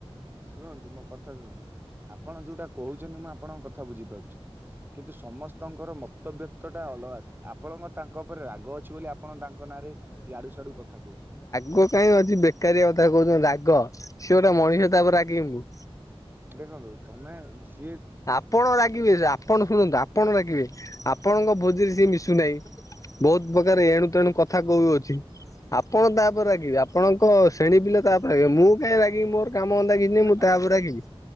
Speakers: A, on the right (about 20°); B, on the left (about 35°).
A: ଶୁଣନ୍ତୁ ମୋ କଥା ଶୁଣନ୍ତୁ ଆପଣ ଯୋଉଟା କହୁଛନ୍ତି ମୁଁ ଆପଣଙ୍କ କଥା ବୁଝିପାରୁଛି। କିନ୍ତୁ ସମସ୍ତଙ୍କର ମତବ୍ୟତ ଟା ଅଲଗା ଥାଏ ଆପଣଙ୍କ ତାଙ୍କ ଉପରେ ରାଗ ଅଛି ବୋଲି ଆପ୍ ଆପଣ ତାଙ୍କ ନାଁରେ ଇୟାଡୁ ସିଆଡୁ କଥା କହୁଛ
B: କୁ କାହିଁ ଅଛି ବେକାରିଆ କଥା କହୁଛନ୍ତି ରାଗ ସିଏ ଗୋଟେ ମଣିଷ ତାପରେ ରାଗିବି ମୁଁ।
A: ଦେଖନ୍ତୁ ତମେ ଆଉସେ
B: ଆପଣ ରାଗିବେ ସେ ଆପଣ ଶୁଣନ୍ତୁ ଆପଣ ରାଗିବେ ଆପ୍ ଆପଣଙ୍କ ଭୋଜିରେ ସିଏ ମିଶୁ ନେଇଁବହୁତ ପ୍ରକାର ଏଣୁ ତେଣୁ କଥା କହୁଅଛି। ଆପଣ ତାଉପରେ ରାଗିବେ ଆପଣଙ୍କ ଶ୍ରେଣୀ ପିଲା ତାଉପରେ ରାଗିବେ ମୁଁ କାଇଁ କି ରାଗିବି ମୋର କାମ ଧନ୍ଦା କିଛି ନାହିଁ
A: ନା
B: ମୁଁ
A: ନା
B: ତାଉପରେ ରାଗିବି